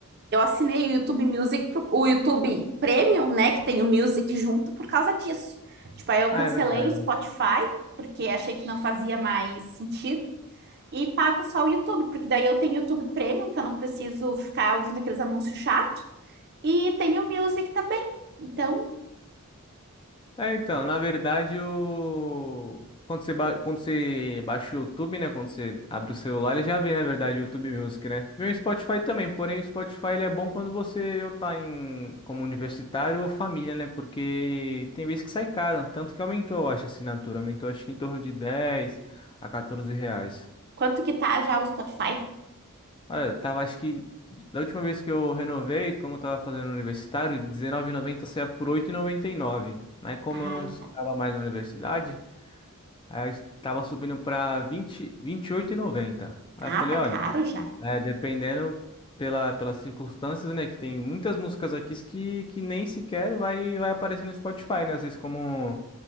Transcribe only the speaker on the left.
Ah,
é verdade.
É, então, na verdade, o... quando você, ba- quando você baixa o YouTube, né? Quando você abre o celular, ele já vê, na verdade, o YouTube Music, né? E o Spotify também, porém o Spotify ele é bom quando você ou tá em... como universitário ou família, né? Porque tem vezes que sai caro, tanto que aumentou, eu acho, a assinatura. Aumentou, acho que em torno de 10 a 14 reais.
Olha, tava, acho que da última vez que eu renovei, como eu tava fazendo universitário, R dezenove e R$19,90 saía por oito e e noventa e nove. Mas como
eu não estava
mais na universidade... Aí estava subindo para vinte vinte e oito e noventa Aí
eu falei,
olha,
é, dependendo pela, pelas circunstâncias, né? Que tem muitas músicas aqui que, que nem sequer vai, vai aparecer no Spotify, né? Às vezes como,